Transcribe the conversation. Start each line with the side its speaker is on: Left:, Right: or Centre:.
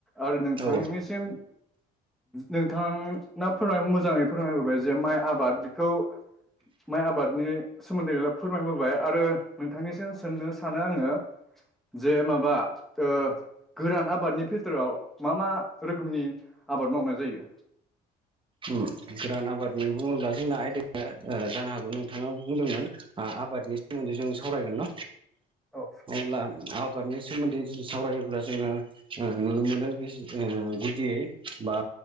Centre: आरो नोंथांनिसिम
Right: औ
Centre: नोंथांङा फोरमाय मोजाङै फोरमायबोबाय जे माइ आबादखौ माइ आबादनि सोमोनदै फोरमायबोबाय आरो नोंथांनिसिम सोंनो सानो आंङो जे माबा गोरान आबादनि फिथोराव मा मा रोखोमनि आबाद मावनाय जायो।
Right: ओम गोरान आबादनि बुंङोब्ला जोंना जानो हागौ नोंथांङा बुंदोंमोन आबादनि सोमोनदै जों सावरायगोन न
Centre: औ
Right: अब्ला आबादनि सोमोनदै सावरायोब्ला जोंङो नुनो मोनो गुदियै बा